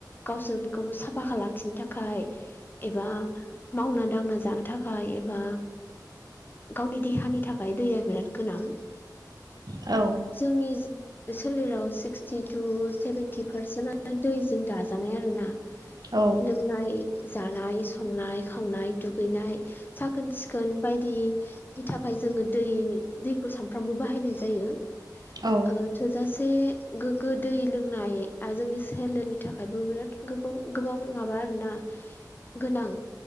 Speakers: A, on the left; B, on the right.
A: गावसोरखौ साफाखौ लाखिनो थाखाय एबा मावना दांना जानो थाखाय एबा गावनि देहानि थाखाय दैया बिराद गोनां।
B: औ।
A: जोंनि सोलेराव सिक्सटि टु सेभेेनटि पारसेन्टआ दैजों दाजानाय आरो ना।
B: औ
A: लोंनाय जानाय संनाय खावनाय दुगैनाय साखोन सिखोन बायदि नि थाखाय जोङो दै दैखौ सानफ्रामबो बाहायनाय जायो।
B: औ। औ
A: ओ थोजासे गोग्गो दै लोंनाया जोंनि सोलेरनि थाखायबो बिराद गोबां माबा आरोना गोनां